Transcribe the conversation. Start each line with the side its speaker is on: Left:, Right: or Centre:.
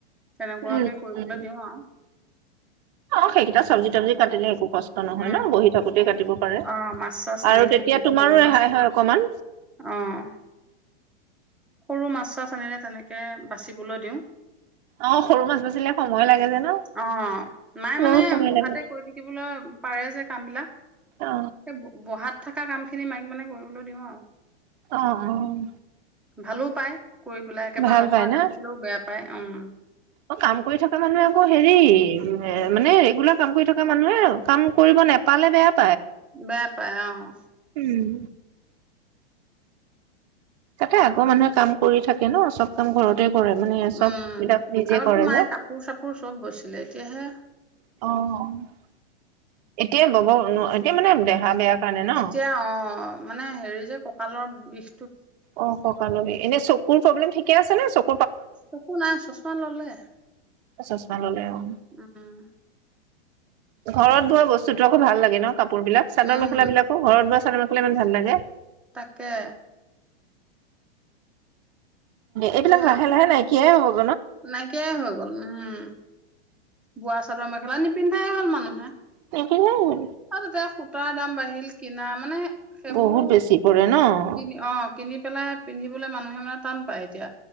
Centre: তেনেকুৱাকে
Right: উম
Centre: কৰিবলৈ
Right: উম
Centre: দিউ আৰু।
Right: অ সেইকেইটা চব্জি থব্জি কাটিলে একো কষ্ট নহয়
Centre: উম
Right: ন বহি থাকোতেই কাটিব পাৰে
Centre: অ মাছ ঠাছ আনিলে
Right: আৰু তেতিয়া
Centre: কেতিয়াবা
Right: তোমাৰো
Centre: সৰু
Right: ৰেহাই
Centre: মাছ,
Right: হয় অকমান
Centre: অ'। সৰু মাছ ঠাছ আনিলে তেনেকে সেয়ায় বাচিবলৈ দিউ।
Right: অ' সৰু মাছ বাচিলে সময় লাগে যে ন
Centre: অ' মায়ে
Right: বহুত
Centre: মানে
Right: সময়
Centre: বহাতে
Right: লাগে
Centre: কৰি থাকিবলৈ পাৰে যে কামবিলাক
Right: অ
Centre: সেই বহাত থাকা কামখিনি মায়েক মানে কৰিবলৈ দিউ আৰু।
Right: অ', অ'।
Centre: ভালো পায়। কৰিবলৈ একেবাৰে
Right: ভাল
Centre: নকৰাকে
Right: পাই না
Centre: থাকিলেও বেয়া পায় উম।
Right: অ কাম কৰি থকা মানুহে আকৌ হেৰি মানে এইবিলাক কাম কৰি থকা মানুহে কাম কৰিব নেপালে বেয়া পায়।
Centre: বেয়া পায় অ'।
Right: উম এটায় আগৰ মানুহে কাম কৰি থাকে ন চব কাম ঘৰতে কৰে মানে চব
Centre: উম
Right: বিলাক নিজে
Centre: আগততো
Right: কৰে
Centre: মায়ে
Right: যে
Centre: কাপোৰ চাপোৰ চব বৈছিলে এতিয়াহে
Right: অ'। এতিয়া বব নোৱাৰে এতিয়া মানে দেহা বেয়া কাৰণে ন
Centre: এতিয়া অ' মানে হেৰি যে ককালত বিষ
Right: অ' এনেই চকুৰ প্ৰব্লেম ঠিকে আছে নে চক
Centre: চকু নাই ছচমা ললে
Right: চশমা ললে অ
Centre: উম
Right: ঘৰত বোৱা বস্তুটো আকৌ ভাল লগে ন। কাপোৰ বিলাক চাদৰ
Centre: উম
Right: মেখেলা বিলাকো ঘৰত বোৱা চা চাদৰ মেখেলা ইমান ভাল লাগে।
Centre: তাকে এতিয়া
Right: এইবিলাক লাহে লাহে নাইকিয়াএ হ'ল
Centre: নাইকিয়াই হৈ গ'ল উম, বোৱা চাদৰ মেখেলা নিপিন্ধাই হ'ল মানুহে
Right: নিপিন্ধে
Centre: আৰু তাতে সূতাৰ দাম বাঢ়ি শিল কিনা মানে সেইবোৰ
Right: বহুত বেছি পৰে ন'
Centre: কিনি অ কিনি পেলাই পিন্ধিবলৈ মানুহে মানে টান পায় এতিয়া।